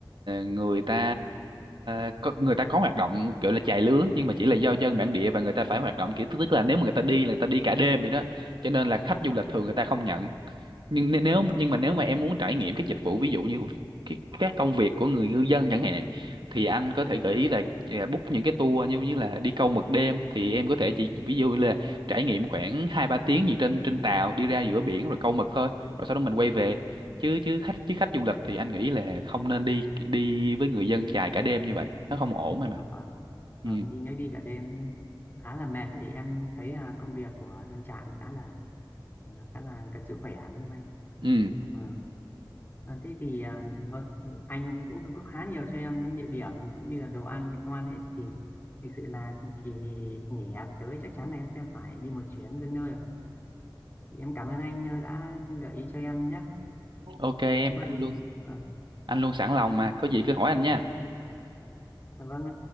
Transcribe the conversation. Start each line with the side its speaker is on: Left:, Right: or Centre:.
Right: người ta à, có người ta có hoạt động kiểu là chài lứa nhưng mà chỉ là do dân bản địa và người ta phải hoạt động kiểu tức là nếu mà người ta đi là người ta đi cả đêm vậy đó cho nên là khách du lịch
Left: Ừ,
Right: thường người ta không nhận nhưng n- nếu nhưng mà nếu mà em muốn trải nghiệm các dịch vụ ví dụ như cái các công việc của người ngư dân chẳng hạn thì anh có thể gợi ý là à, book những cái tour như như là đi câu mực đêm thì em có thể chỉ ví dụ như là trải nghiệm khoảng hai ba tiếng gì trên trên tàu đi ra giữa biển rồi câu mực thôi rồi sau đó mình quay về chứ chứ khách chứ khách du lịch thì anh nghĩ là không nên đi đi với người dân chài cả đêm như vậy nó không ổn em mà
Left: Vâng, vâng,
Right: ừ
Left: vâng, đi nếu đi cả đêm thì khá là mệt vì em thấy là công việc của dân trại khá là ờ, khá là cần sức khỏe đúng không
Right: ừ
Left: anh? À, thế thì à, vâng, anh cũng cung cấp khá nhiều cho em những địa điểm cũng như là đồ ăn ngon ấy thì thực sự là kỳ nghỉ hè tới chắc chắn là em sẽ phải đi một chuyến đến nơi rồi. Thì em cảm ơn anh à, đã gợi ý cho em nhé.
Right: ok em
Left: Có
Right: anh
Left: gì
Right: luôn
Left: vâng,
Right: anh luôn sẵn lòng mà có gì cứ hỏi anh nha
Left: dạ vâng